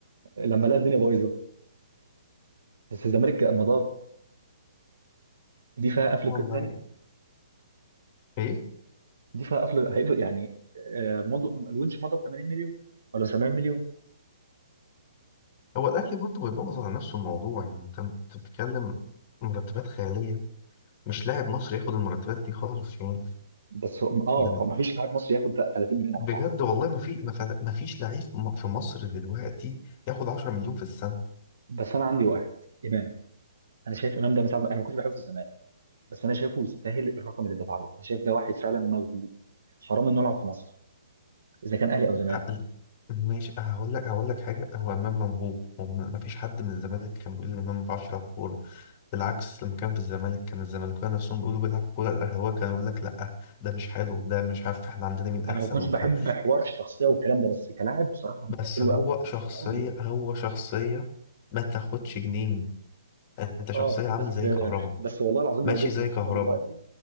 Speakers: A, on the right (about 80°); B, on the left (about 25°).
A: لما لقى الدنيا بايظه بس الزمالك مضى دي فيها قفل
B: والله
A: قيد تاني
B: ايه
A: دي فيها قفل هيقفل يعني آه، مضوا الونش مضى ب 80 مليون ولا 70 مليون
B: هو الاهلي برضه بيبوظ على نفسه الموضوع يعني انت بتتكلم مرتبات خيالية مش لاعب مصري ياخد المرتبات دي خالص يعني
A: بس هو- اه
B: يعني
A: ما فيش لاعب مصري ياخد 30 مليون على
B: بجد
A: بعض
B: والله ما في ما فل- ما فيش لعيب م- في مصر دلوقتي ياخد 10 مليون في السنة
A: بس انا عندي واحد امام انا شايف امام ده من ساعه ما- انا ما كنتش بحبه في الزمالك بس انا شايفه يستاهل الرقم اللي دفع له انا شايف ده واحد فعلا موهوب حرام انه يلعب في مصر اذا كان اهلي او زمالك
B: أقل. ماشي أه، هقول لك هقول لك حاجة هو إمام موهوب ما فيش حد من الزمالك كان بيقول إن إمام ما بيعرفش يلعب كورة بالعكس لما كان في الزمالك كان الزمالكاويه نفسهم بيقولوا بيلعب كورة الأهلاوية كانوا يقول لك لأ ده مش حلو ده مش عارف إحنا عندنا مين أحسن
A: انا ما كنتش
B: وبتاع
A: بحب حوار الشخصيه والكلام ده بس كلاعب بصراحه
B: بس
A: حلو
B: هو
A: قوي
B: شخصية
A: حلو قوي
B: هو شخصية ما تاخدش جنيه أنت شخصية
A: اه
B: عامل
A: بس
B: زي كهربا
A: بس والله العظيم
B: ماشي
A: لو جيت
B: زي
A: تبص
B: كهربا
A: لها دلوقتي